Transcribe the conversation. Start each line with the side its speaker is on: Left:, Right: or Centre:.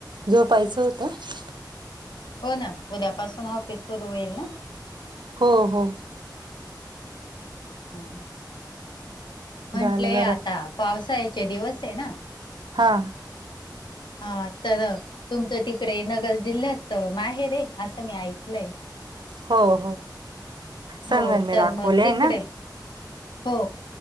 Right: झोपायचं होत.
Left: हो ना? उद्यापासून ऑफिस सुरू होईल ना?
Right: हो हो.
Left: हा म्हंटलेय
Right: झालं घरात
Left: आता पावसाळ्याचे दिवस आहे ना?
Right: हां.
Left: हा तर तुमचं तिकडे नगर जिल्ह्यात माहेर आहे असं मी ऐकलंय.
Right: हो हो. संगमनेर
Left: हो तर
Right: अकोले
Left: मग तिकडे
Right: आहे ना
Left: हो